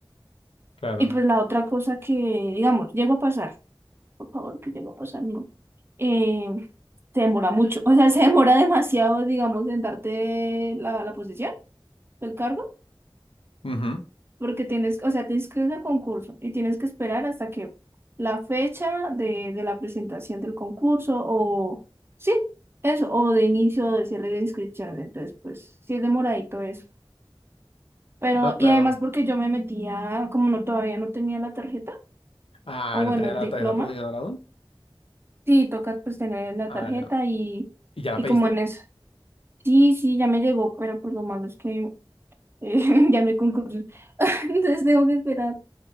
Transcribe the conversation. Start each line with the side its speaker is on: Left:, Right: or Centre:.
Left: claro.
Right: Y pues la otra cosa que, digamos, llegó a pasar, por favor, que llegó a pasar, no, eh, se demora mucho, o sea, <laughs> se demora demasiado, digamos, en darte la, la posición, el cargo.
Left: Ujú.
Right: porque tienes, o sea, te inscribes al concurso y tienes que esperar hasta que la fecha de, de la presentación del concurso o, sí, eso, o de inicio o de cierre de inscripción. Entonces, pues, sí es demoradito eso. Pero,
Left: No, claro.
Right: y además porque yo me metía, como no todavía no tenía la tarjeta,
Left: Ah,
Right: o bueno,
Left: ¿no tenía
Right: el
Left: la
Right: diploma,
Left: tarjeta profesional aún?
Right: sí, toca pues tener la
Left: Ah,
Right: tarjeta
Left: ya.
Right: y,
Left: ¿y ya la
Right: y
Left: pediste?
Right: como en eso. Sí, sí, ya me llegó, pero pues lo malo es que eh, <laughs> ya me concurso. <laughs> Entonces tengo que esperar.